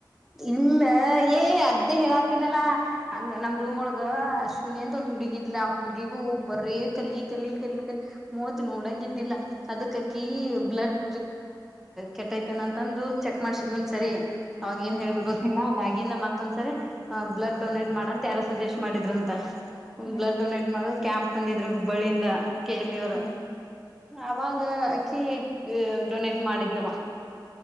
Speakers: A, in the centre; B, on the left.
A: ಇಮ್ಮ ಏ ಅದ್ದೇ ಹೇಳ ಹತ್ತಿನಲ್ಲಾ ಹಂಗ ನಮ್ ರೂಮೊಳಗ ಅಶ್ವಿನಿ ಅಂತ ಒಂದ್ ಹುಡುಗಿದ್ ಆ ಹುಡ್ಗಿಗೂ ಬರೇ ಕಲಿ ಕಲಿ ಕಲ ಕಲಿ ಮೂವತ್ ನೋಡಂಗ ಇದ್ದಿಲ್ಲ ಅದಕ್ಕಕಿ
B: ಹ್ಮ್
A: ಬ್ಲಡ್ ಕೆಟ್ಟೈತೆೇನ ಅಂತಂದು ಚೆಕ್ ಮಾಡ್ಸಿದ್ ಒಂದ್ ಸರಿ ಅವಾಗ ಏನ್
B: ಹ್ಮ್
A: ಹೇಳಿದ್ರು ಗೊತ್ತಿಲ್ಲ. ಆಗಿಂದ ಮತ್ತೊಂದ್ಸರಿ ಬ್ಲಡ್ ಡೊನೇಟ್ ಮಾಡಂತ ಯಾರು ಸಜೆಸ್ಟ್ ಮಾಡಿದ್ರು ಅಂತ
B: ಹ್ಮ್
A: ಬ್ಲಡ್ ಡೊನೇಟ್ ಮಾಡ ಕ್ಯಾಂಪ್ ಒಂದಿದ್ರೆ ಹುಬ್ಬಳ್ಳಿಯಿಂದ. ಕಲ್ಲಿ ಅವರ
B: ಹ್ಮ್
A: ಅವಾಗ ಅಕ್ಕಿ ಡೊನೇಟ್ ಮಾಡಿದ್ಲವ.